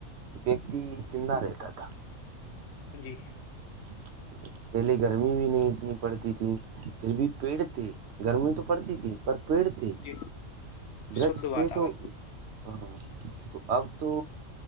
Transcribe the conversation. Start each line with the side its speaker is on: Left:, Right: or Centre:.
Right: ویکتی زندہ رہتا تھا
Left: جی
Right: <unintelligible> پہلے گرمی بھی نہیں اتنی پڑتی تھی پھر بھی پیڑ تھے گرمی تو پڑتی تھی پر پیڑ ت
Left: جی
Right: ڈرچتے
Left: شدھ واتاورن
Right: تو ہاں تو اب تو